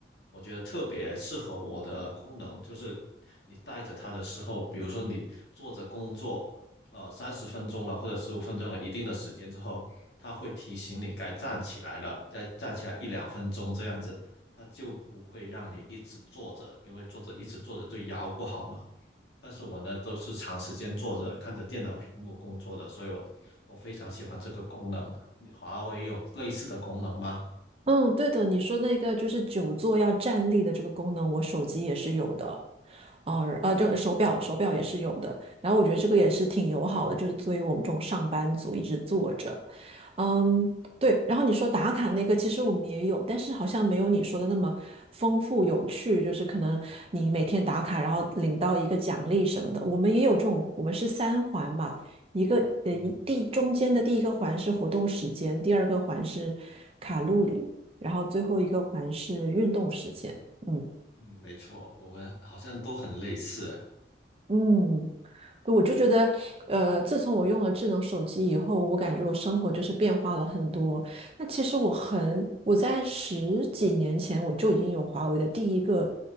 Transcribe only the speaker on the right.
嗯，对的，你说那个就是久坐要站立的这个功能，我手机也是有的。啊啊，这个手表手表也是有的，然后我觉得这个也是挺友好的，就是作为我们这种上班族一直坐着。嗯，对。然后你说打卡那个，其实我们也有，但是好像没有你说的那么丰富有趣。就是可能你每天打卡，然后领到一个奖励什么的。我们也有这种，我们是三环嘛，一个呃一第中间的第一个环是活动时间，
第二个环是卡路里，然后最后一个环是运动时间。嗯
嗯，我就觉得，呃，自从我用了智能手机以后，我感觉我生活就是变化了很多。那其实我很，我在十几年前我就已经有华为的第一个